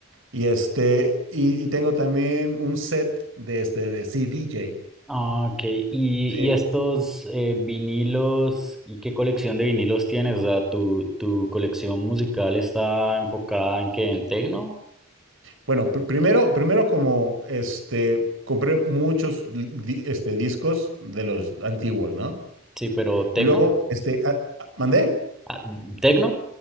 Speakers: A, on the right (about 70°); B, in the centre.
A: Y este, y, y tengo también un set de este de CDJ.
B: Ah, ok. ¿Y,
A: Sí.
B: y estos eh, vinilos? ¿Y qué colección de vinilos tienes? O sea, ¿tu, tu colección musical está enfocada en qué? ¿En tecno?
A: Bueno, pr- primero, primero como este, compré muchos di- este, discos de los antiguos, ¿no?
B: Sí, pero
A: Y
B: ¿tecno?
A: luego, este, a- a- ¿mandé?
B: Ah, ¿Tecno?